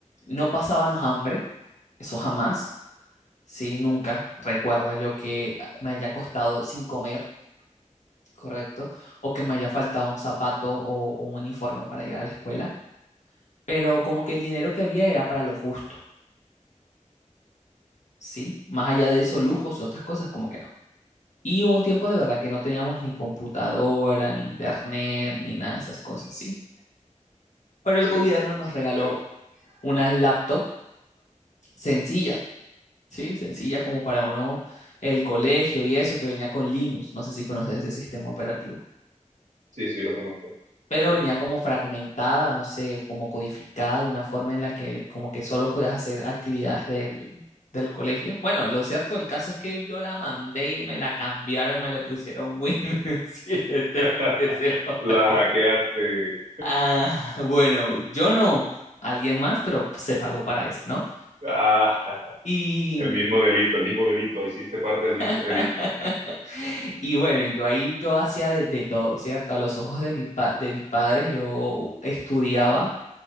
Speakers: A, on the left (about 65°); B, on the right (about 70°).
A: no pasábamos hambre, eso jamás, sí, nunca recuerdo yo que me haya costado sin comer correcto, o que me haya faltado un zapato o un uniforme para ir a la escuela, pero como que el dinero que había era para lo justo, ¿sí? Más allá de eso, lujos y otras cosas, como que no. Y hubo un tiempo de verdad que no teníamos ni computadora, ni internet, ni nada de esas cosas, ¿sí? Pero el
B: Sí,
A: gobierno nos regaló
B: entiendo.
A: una laptop sencilla, ¿sí? Sencilla como para uno, el colegio y eso, que venía con Linux, no sé si conoces ese sistema operativo.
B: Sí, sí, lo conozco.
A: pero
B: Sí.
A: venía como fragmentada, no sé, como codificada de una forma en la que como que solo podías hacer actividades del, del colegio. Bueno, lo cierto del caso es que yo la mandé y me la cambiaron, me le pusieron Win <laughs> 7
B: <laughs>
A: en ese momento.
B: La hackeaste.
A: Ah, bueno, yo no, alguien más, pero se pagó para eso, ¿no?
B: Ah,
A: Y
B: <laughs> el mismo delito, el mismo delito. Hiciste parte del mismo
A: <laughs>
B: delito.
A: y bueno, y yo ahí yo hacía de, de todo, ¿cierto? A los ojos de, mi pa- de mis padres yo estudiaba